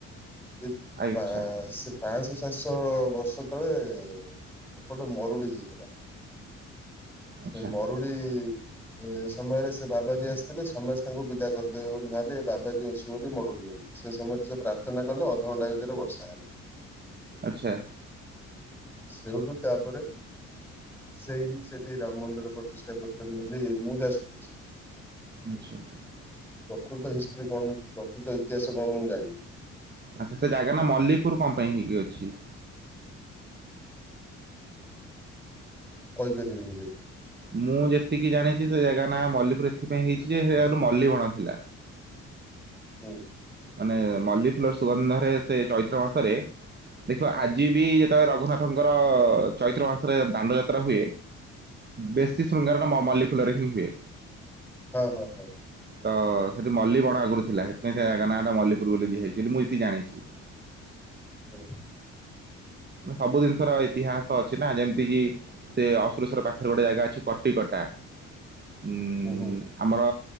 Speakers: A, in the centre; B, on the right (about 25°).
A: ସେ
B: ଆଚ୍ଛା
A: ତା ସେ ପାଞ୍ଚଶହ ସାତଶହ ବର୍ଷ ତଳେ ସେପଟେ ମରୁଡି ହେଇଥିଲା। ସେ
B: ଆଚ୍ଛା
A: ମରୁଡି ଏ ସମୟରେ ସେ ବାବା ଯିଏ ଆସିଥିଲେ ସମସ୍ତେ ତାଙ୍କୁ ବିଦା କରିଦେବେ ବୋଲି ବାବା ଯଏ ଅଛି ବୋଲି ମରୁଡ଼ି ହେଲା, ସେ ସମୟରେ ସେ ପ୍ରାର୍ଥନା କଲେ ଅଧଘଣ୍ଟା ଭିତରେ ବର୍ଷା ହେଲା।
B: ଆଚ୍ଛା।
A: ସେଇଠୁ ତାପରେ ସେଇ ହିଁ ସେଠି ସେ ରାମ ମନ୍ଦିର ପ୍ରତିଷ୍ଠା କରିୁଛନ୍ତି ବୋଲି ମୁଁ ଯା ଶୁଣିଛି।
B: ଆଚ୍ଛା।
A: ପ୍ରକୃତ ହିଷ୍ଟ୍ରି କଣ ପ୍ରକୃତ ଇତିହାସ କଣ ମୁଁ ଜାଣିନି?
B: ଆଚ୍ଛା ସେ ଜାଗା ନା ମଲ୍ଲୀପୁର କଣ ପାଇଁ ହେଇକି ଅଛି?
A: କହିପାରିବିନି ଭାଇ।
B: ମୁଁ ଯେତିକି ଜାଣିଚି ସେ ଜାଗା ନା ମଲ୍ଲୀପୁର ଏଥିପାଇଁ ହେଇଚି ଯେ ହିଆଡେ ମଲ୍ଲୀବଣ ଥିଲା।
A: ହୁଁ।
B: ମାନେ ମଲ୍ଲି ଫୁଲର ସୁଗନ୍ଧରେ ସେ ଚୈତ୍ର ମାସରେ ଦେଖ ଆଜି ବି ଯେତେବେଳେ ରଘୁନାଥଙ୍କର ଚୈତ୍ର ମାସରେ ଦାଣ୍ଡଯାତ୍ରା ହୁଏ ବେଶୀ ଶୃଙ୍ଗାରଣ ମ-ମଲ୍ଲୀ ଫୁଲରେ ହିଁ ହୁଏ।
A: ହଁ- ହଁ ହଉ।
B: ତ ସେଠି ମଲ୍ଲୀ ବଣ ଆଗରୁ ଥିଲା ହେତିପାଇଁ ସେ ତା ନାଁ ଟା ମଲ୍ଲୀପୁର ବୋଲି ଦିଆ ହେଇଚି ବୋଲି ମୁଁ ଯେତିକି ଜାଣିଚି।
A: ହୁଁ।
B: ସବୁ ଜିନିଷର ଇତିହାସ ତ ଅଛି ନା ଯେମିତି କିି ସେ ଅସୁରେଶ୍ୱର ପାଖରେ ଗୋଟେ ଜାଗା ଅଛି କଟିକଟା ଉଁ
A: ହୁଁ ହୁଁ
B: ଆମର